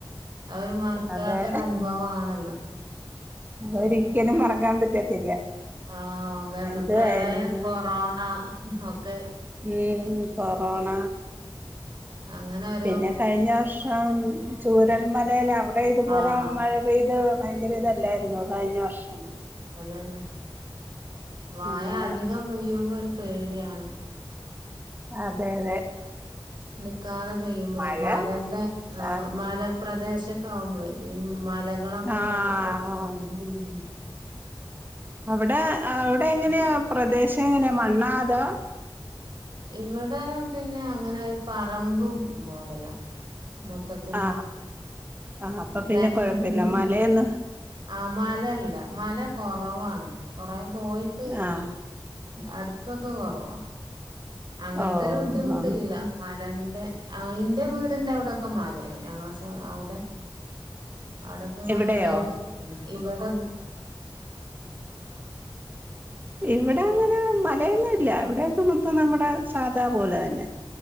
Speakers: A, on the right (about 55°); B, on the right (about 20°).
A: അതൊരു മറക്കാത്തൊരു
B: അതെ
A: അനുഭവം ആണല്ലോ
B: ഒരിക്കലും മറക്കാൻ പറ്റത്തില്ല
A: ആ വെള്ള
B: എന്തുവായിരുന്നു
A: പ്രളയം കൊറോണ ഒക്കെ
B: ഉം കൊറോണ
A: അങ്ങന പി
B: പിന്നെ കഴിഞ്ഞ വർഷം ചൂരമ്മലേൽ അവിടെ ഇതുപോലെ
A: ആഹ്
B: മഴ പെയ്ത് ഭയങ്കര ഇതല്ലായിരുന്നോ കഴിഞ്ഞ വർഷം
A: അതന്നെ വായ
B: അങ്ങനെ
A: അധികം പെയ്യുമ്പോ ഒരു പേടിയാണ്
B: അതെ അതെ
A: നിക്കാതെ പെയ്യുമ്പളേ
B: മഴ
A: മലേന്റെ ആ
B: ആഹ്
A: മലപ്രദേശൊക്കെ ആവുമ്പോളേ ഈ മലകളൊക്കെ
B: ആഹ്
A: ഉള്ള <unintelligible>
B: അവിടെ അവിടെ എങ്ങനെയാ പ്രദേശം എങ്ങനെയാ മണ്ണാ അതോ
A: ഇവിടെ പിന്നെ അങ്ങനെ പറമ്പ് മോഡലാ മൊത്തത്തിന്
B: ആ ആ അപ്പൊ
A: <unintelligible>
B: പിന്നെ കൊഴപ്പില്ല മലയെന്ന്
A: ആ മലല്ല മല കുറവാണ് കൊറേ പോയിട്ട്
B: ആ
A: അടു ത്തൊക്കെ കൊറവാ അങ്ങൻത്തൊരു
B: ഓ
A: ബുദ്ധിമുട്ടില്ല
B: ആ
A: മലേന്റെ ആ ഇന്റെ വീടിന്റെ അവിടെക്കെ മലേണ് ഞങ്ങള സ അവിടെ അവിടൊക്കെ ഇങ്ങനെ
B: ഇവിടെയോ
A: വേ ഇവിടെ
B: ഇവിടെ അങ്ങനെ മലയൊന്നും ഇല്ല ഇവിടെക്കെ മൊത്തം നമ്മുടെ സാധാ പോല തന്നെ